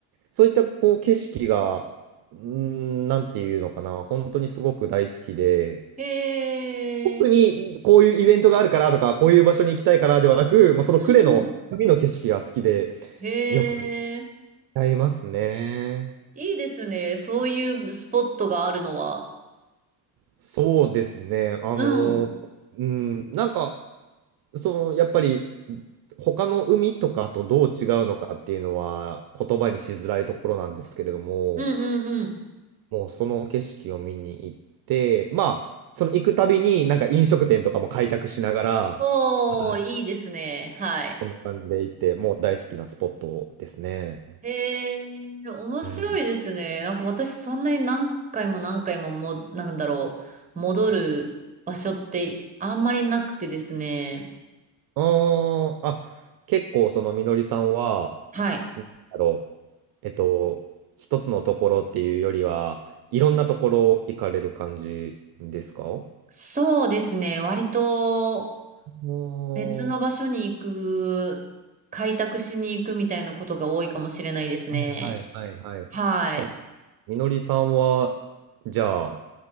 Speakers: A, on the right; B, on the right.
A: そういったこう景色がうーんなんていうのかな本当にすごく大好きで
B: へえ、
A: 特にこういうイベントがあるからとかこういう場所に行きたいからではなくもうその呉の海の景色が好きで
B: うんうん。へえ、
A: よく歌いますね。
B: いいですね。そういうスポットがあるのは。
A: そうですね。あの
B: うん。うん
A: うん、なんかその、やっぱり、他の海とかとどう違うのかっていうのは言葉にしづらいところなんですけれども、
B: うんうん。
A: もうその景色を見に行って、まあ、その行くたびになんか飲食店とかも開拓しながら、
B: おー、
A: あ
B: いいですね。はい。
A: こんな感じで行って、もう大好きなスポットですね。
B: へえ、面白いですね。
A: うん。
B: なんか私そんなに何回も何回もも、なんだろう、戻る場所ってあんまりなくてですね。
A: あーあ、結構そのみのりさんは、
B: はい。
A: なんだろう、えっと、一つのところっていうよりは、いろんなところ行かれる感じですか
B: そうですね。割と
A: お
B: 別の場所に行く、
A: ー
B: 開拓しに行くみたいなことが多いかもしれないですね。
A: はいはいはいそう、
B: はい。
A: みのりさんは、じゃあ、